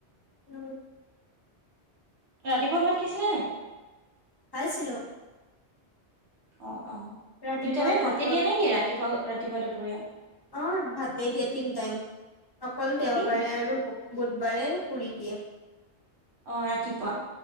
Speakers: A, on the left (about 30°); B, on the right (about 80°).
A: উম
B: ৰাতিপুৱা ভাত খাইছিলা নাই?
A: খাইছিলো।
B: অ' অ'
A: ৰাতিপুৱা
B: দুইটাইমে
A: পটল
B: ভাতে দিয়ে নেকি ৰাতিপুৱাও ৰাতি ৰাতিপুৱা দুপৰীয়া
A: অ' ভাতেই দিয়ে তিনি টাইম অকল দেওবাৰে
B: কি
A: আৰু বুধবাৰে। পুৰি দিয়ে।
B: অ' ৰাতিপুৱা